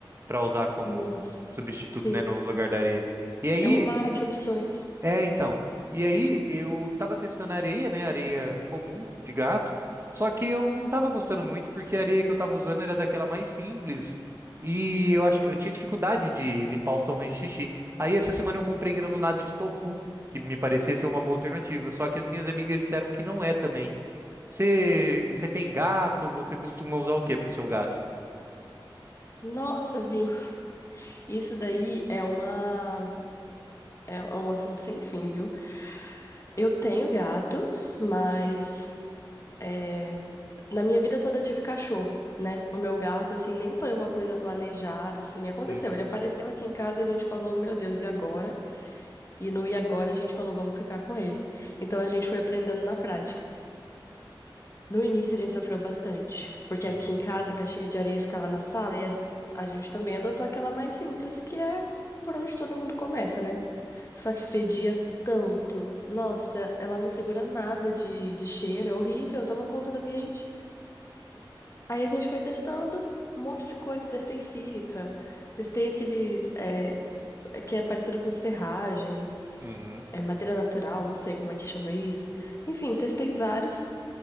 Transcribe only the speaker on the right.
para usar como
substituto,
né, no lugar da areia. E aí
é, então. E aí, eu tava testando areia, né? Areia comum de gato. Só que eu não tava gostando muito, porque a areia que eu tava usando era daquela mais simples. E eu acho, eu tinha dificuldade de limpar os torrões de xixi. Aí, essa semana, eu comprei granulado de tofu, que me parecia ser uma boa alternativa. Só que as minhas amigas disseram que não é também. Você, você tem gato? Você costuma usar o que para o seu gato?
Uhum,
uhum,
uhum,